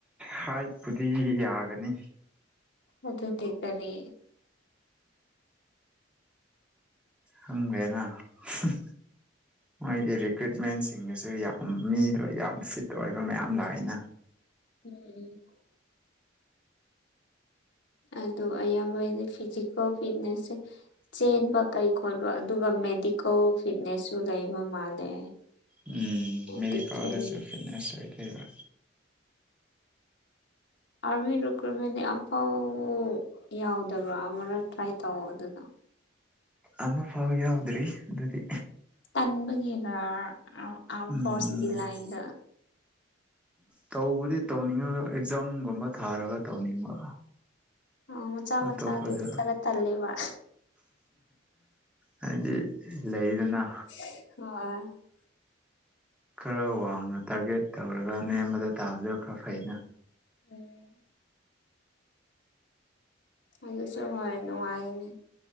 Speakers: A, in the centre; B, on the left.
A: ꯍꯥꯏꯠꯄꯨꯗꯤ ꯌꯥꯒꯅꯤ
B: ꯑꯗꯨꯗꯤ ꯀꯔꯤ
A: ꯍꯪꯒꯦꯅ ꯍꯨꯝ ꯃꯣꯏꯗꯤ ꯔꯤꯀ꯭ꯔꯨꯏꯠꯃꯦꯟꯁꯤꯡꯗꯨꯁꯨ ꯌꯥꯝ ꯃꯤꯗꯣ ꯌꯥꯝ ꯐꯤꯠ ꯑꯣꯏꯕ ꯃꯌꯥꯝ ꯂꯥꯛꯑꯦꯅ
B: <inaudible> ꯑꯗꯣ ꯑꯌꯥꯝꯕꯩꯗꯤ ꯐꯤꯖꯤꯀꯦꯜ ꯐꯤꯠꯅꯦꯁꯁꯦ ꯆꯦꯟꯕ ꯀꯩ ꯈꯣꯠꯄ ꯑꯗꯨꯒ ꯃꯦꯗꯤꯀꯦꯜ ꯐꯤꯠꯅꯦꯁꯁꯨ ꯂꯩꯕ ꯃꯥꯜꯂꯦ
A: ꯎꯝ
B: ꯃꯦꯗꯤꯀꯦꯜꯂꯤ
A: ꯃꯦꯗꯤꯀꯦꯜꯗꯖꯨ ꯐꯤꯠꯅꯦꯁ ꯂꯩꯈꯦꯕ
B: ꯑꯥꯔꯃꯤ ꯔꯤꯀ꯭ꯔꯨꯏꯠꯃꯦꯟ ꯑꯝꯐꯥꯎ ꯌꯥꯎꯗꯕ꯭ꯔꯥ ꯑꯃꯔ ꯇ꯭ꯔꯥꯏ ꯇꯧꯑꯣꯗꯅ
A: ꯑꯃ ꯐꯥꯎ ꯌꯥꯎꯗ꯭ꯔꯤ ꯑꯗꯨꯗꯤ
B: ꯇꯟꯕꯒꯤꯔ ꯑꯝ ꯑꯥꯝ
A: ꯎꯝ
B: ꯐꯣꯁꯀꯤ ꯂꯥꯏꯟꯗ
A: ꯇꯧꯕꯗꯤ ꯇꯧꯅꯤꯡꯉꯒ ꯑꯦꯛꯖꯥꯝꯒꯨꯝꯕ ꯊꯥꯔꯒ ꯇꯧꯅꯤꯡꯕ
B: ꯑꯣ ꯃꯆꯥ
A: ꯑꯇꯣꯞꯄꯗ
B: ꯃꯆꯥꯗꯨꯗꯤ ꯈꯔ ꯇꯜꯂꯦꯕ
A: ꯍꯥꯏꯗꯤ ꯂꯩꯗꯅ
B: <unintelligible>
A: ꯈꯔ ꯋꯥꯡꯅ ꯇꯥꯔꯒꯦꯠ ꯇꯧꯔꯒ ꯅꯦꯝꯕꯗ ꯇꯥꯕꯗꯣ ꯈꯔ ꯐꯩꯅ
B: <inaudible> ꯑꯗꯨꯁꯨ ꯍꯣꯏ ꯅꯨꯉꯥꯏꯅꯤ